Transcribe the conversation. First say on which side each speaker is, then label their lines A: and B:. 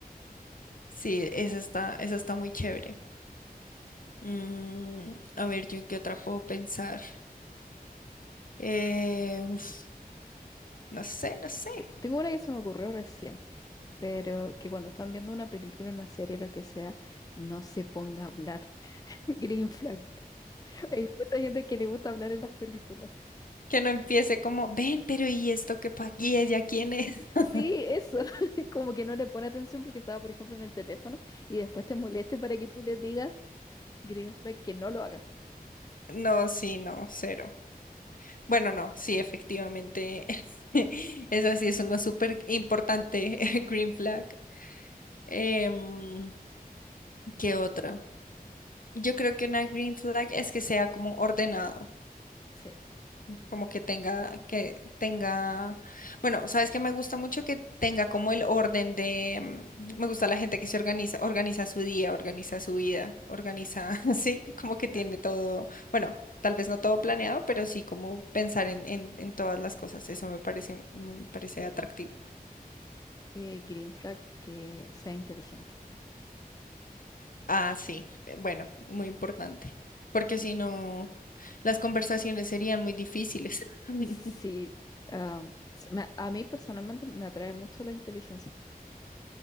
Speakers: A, on the left; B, on the left.
A: Sí, eso está, eso está muy chévere. Mm, a ver, ¿yo en qué otra puedo pensar? Eh, uf, no sé, no sé.
B: Te- Tengo una que se me ocurrió recién, pero que cuando están viendo una película, una serie, lo que sea, no se ponga a hablar. <laughs> Green flag. Hay mucha gente que le gusta hablar en las películas.
A: Que no empiece como, ven, pero ¿y esto qué pa' ¿Y ella quién es? <laughs>
B: Sí, eso, <laughs> como que no le pone atención porque estaba, por ejemplo, en el teléfono y después te moleste para que tú le digas green flag que no lo haga.
A: No, sí, no, cero. Bueno, no, sí, efectivamente. <laughs> Eso sí es una súper importante <laughs> green flag. Em, ¿qué otra? Yo creo que una green flag es que sea como ordenado.
B: Sí,
A: como que tenga, que tenga, bueno, sabes que me gusta mucho que tenga como el orden de, mm, me gusta la gente que se organiza, organiza su día, organiza su vida, organiza, <laughs> sí, como que
B: Claro.
A: tiene todo, bueno, tal vez no todo planeado, pero sí como pensar en, en, en todas las cosas, eso me parece, me parece atractivo.
B: eh, green flag que sea inteligente.
A: Ah, sí, eh, bueno, muy importante, porque
B: Que-
A: si no, las conversaciones serían muy difíciles. <laughs>
B: Sí, ah, s- me- a mí personalmente me atrae mucho la inteligencia.